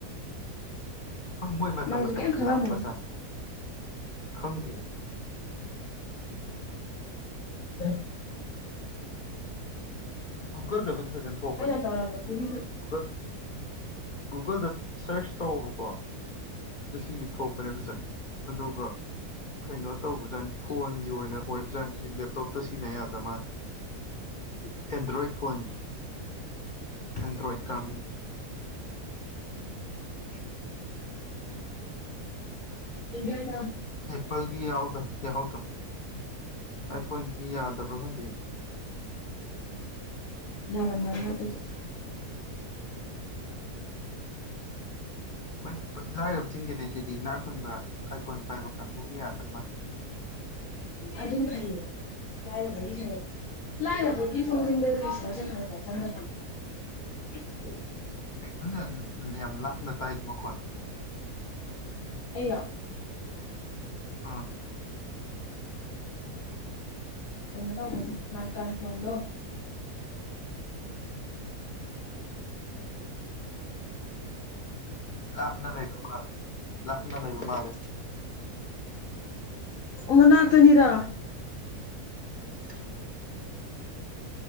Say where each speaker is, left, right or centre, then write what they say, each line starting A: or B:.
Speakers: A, on the left; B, on the left.
A: ꯃꯣꯏ ꯃꯇꯝ
B: ꯅꯪꯁꯨ
A: ꯃꯇꯝꯒꯤ
B: ꯀꯩꯝ ꯈꯪꯉꯝꯃꯣꯏ
A: ꯂꯥꯛꯄ ꯆꯥꯏ ꯈꯪꯗꯤ
B: ꯎ
A: ꯒꯨꯒꯜꯗꯕꯨꯗꯤ ꯐꯖꯅ ꯊꯣꯛꯄꯅꯦ
B: ꯑꯩꯅ ꯇꯧꯔꯝꯕꯗꯨꯒꯤ
A: ꯒꯨꯒꯜ ꯒꯨꯒꯜꯗ ꯁꯔꯁ ꯇꯧꯕꯀꯣ ꯉꯁꯤ ꯊꯣꯛꯄꯅꯤ ꯐꯖꯅ ꯑꯗꯨꯒ ꯀꯩꯅꯣ ꯇꯧꯕꯖꯥꯠꯅꯤ ꯐꯣꯟꯒꯤ ꯑꯣꯏꯅ ꯑꯣꯏꯕꯖꯥꯠꯅꯤ ꯁꯤ ꯂꯦꯞꯇꯣꯞꯇ ꯁꯤꯖꯤꯟꯅ ꯌꯥꯗꯕ ꯃꯥꯜꯂ
B: ꯎ <inaudible>
A: ꯑꯦꯟꯗ꯭ꯔꯣꯏꯗ ꯐꯣꯟꯒꯤ ꯑꯦꯟꯗ꯭ꯔꯣꯏꯗ ꯀꯥꯡꯕꯨꯒꯤ
B: <inaudible> ꯎ <inaudible>
A: ꯑꯦꯄꯜꯒꯤ ꯌꯥꯎꯗ ꯌꯥꯍꯧꯗꯪ ꯑꯩꯏꯐꯣꯟ ꯌꯥꯗꯕ꯭ꯔ ꯈꯪꯗꯦ
B: ꯌꯥꯔꯝ ꯃꯔ ꯑꯗꯨꯗꯤ ꯎ <inaudible>
A: ꯃꯣꯏ ꯂꯥꯏꯔꯕꯁꯤꯡꯒꯤꯅꯦ ꯁꯤꯗꯤ ꯏꯅꯥꯛ ꯈꯨꯟꯕ ꯑꯥꯏꯐꯣꯟ ꯄꯥꯏꯕ ꯀꯥꯡꯕꯨꯒꯤ ꯌꯥꯗꯃ
B: ꯑꯗꯨ ꯈꯜꯂꯤ ꯂꯥꯏꯔꯕꯒꯤ ꯈꯔꯦ ꯂꯥꯏꯔꯕꯒꯤ ꯊꯣꯡꯖꯤꯟꯗ ꯏꯁꯃ ꯈ ꯈ ꯆꯪ <inaudible>
A: ꯀꯅ ꯌꯥꯝ ꯂꯥꯞ ꯅ ꯇꯥꯏ ꯃꯈꯣꯟ
B: ꯑꯌꯥ
A: ꯎꯝ
B: ꯀ ꯃꯥꯏ ꯀꯔꯗꯣ
A: ꯂꯥꯞꯅ ꯂꯩꯕ ꯃꯥꯂꯦ ꯂꯥꯞꯅ ꯂꯩꯕ ꯃꯥꯜꯂꯦ
B: ꯃꯅꯥꯛꯇꯅꯤꯗ
A: <inaudible>